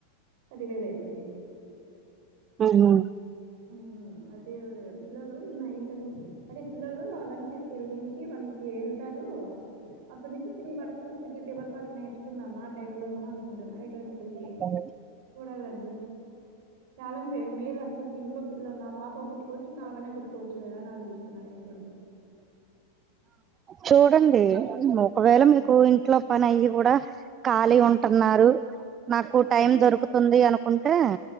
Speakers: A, on the right; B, on the right.
A: పదివేల అయితుంది
B: ఉమ్మ్
A: ఉమ్మ్ అదే పిల్లలు ఇంతకు అదే పిల్లలు అలాంటికెళ్ళి నుంచి వానకి వెళ్తారు అప్పటి నుంచి త్రీ వరకు త్రీ థర్టీ వరకు అట్లా నేర్చుకుందామా ఆ టైమ్ లోను అనుకుంటున్నా ఎక్కడనా పోయ
B: అఓ
A: చూడాలండి చాలా మేలు అసలుకి ఇంట్లో ఇలో నా పాపకు కుట్టుకోవచ్చు నావన్న కుట్టుకోవచ్చు కదా అని ఆలోచిస్తున్న నేను కూడా.
B: చూడండి ఒకవేళ
A: హ్మ్.
B: మీకు ఇంట్లో పని అయి కూడా. ఖాళీ ఉంటున్నారు
A: నా
B: నాకు
A: అవును.
B: టైం
A: నేనైతే
B: దొరుకుతుంది అనుకుంటే.